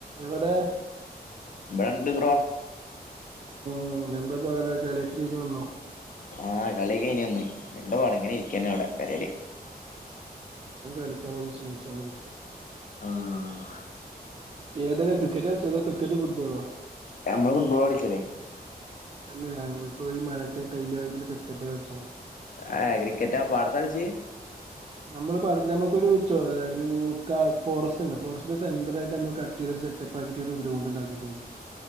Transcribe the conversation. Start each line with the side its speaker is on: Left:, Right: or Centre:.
Right: എവിടെ
Left: ഇടെണ്ട് ബ്രാ.
Right: ഉ എന്താ പടടെ കളിയൊക്കെ കഴിഞ്ഞ് വന്നോ?
Left: ആഹ് കളിഒക്കെ കഴിഞ്ഞ് എന്ത പാട്, ഇങ്ങനെ ഇരിക്കന്ന അവിടെ പെരെല്.
Right: ഞാൻ. കളിക്കാൻ പോയി ക്ഷീണിച്ച് വന്നിരിക്ക.
Left: ആഹ.
Right: ഏത, ക്രിക്കറ്റാ കളിച്ചത് ക്രിക്കറ്റോ ഫുട്ബോളോ.
Left: നമ്മള്. ഫുഡ്ബോള കളിച്ചത്.
Right: തന്നെയ ഞങ്ങപ്പം മഴക്ക ആയിട്ട് അതിന്റെ വൈബില്, ക്രിക്കറ്റ് കളിച്ചത്.
Left: ആ ഏ് ക്രിക്കറ്റാ പാടത്ത കളിച്?
Right: നമ്മള പറഞ്ഞമ്മക്കുരു ചേ രു ക നമ്മക്കൊരു ഒരു ഫോറസ്റ്റ് ഉണ്ട്, ഫോറസ്റ്റിന്റെ സെന്റ ആയിട്ട് നമ്മൾ കട്ട് ചെയ് സ്റ്റെപാക്കിട്ട് ഒരു ഗ്രൂഡ് ണ്ടാക്കി ട്ടുണ്ട്.